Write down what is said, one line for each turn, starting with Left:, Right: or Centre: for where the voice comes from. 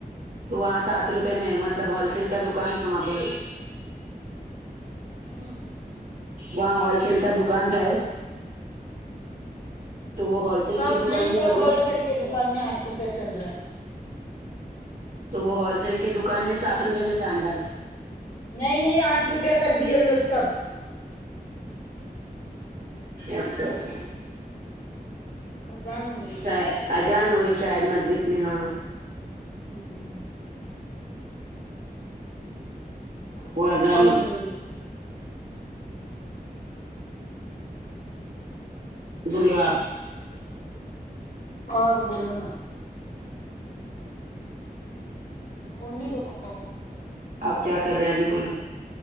Right: تو وہاں سات روپے میں مطلب ہول سیل کا دکان تھا وہاں پے
Left: ہمم
Right: وہاں ہول سیل کا دکان تھا ایک تو ہول سیل
Left: سب
Right: کی دکان
Left: نہیں
Right: میں
Left: سب
Right: مطلب
Left: ہول سیل کے دکان میں آٹھ روپے چل رہے
Right: تو وہ ہول سیل کے دکان میں سات روپئے میں تھا انڈا
Left: نہیں نہیں آٹھ روپے کر دیے ان لوگ سب
Right: اچھا اچھا
Left: اذان ہو رہی ہے
Right: اچھا
Left: شاید لگتا
Right: اذان ہو رہی شاید مسجد میں ہاں
Left: ہمم
Right: وہ اذان
Left: اور بولو
Right: بولو آپ
Left: اور بولو نا اونی دو پاپا
Right: آپ کیا کر رہے ہیں ابھی بولو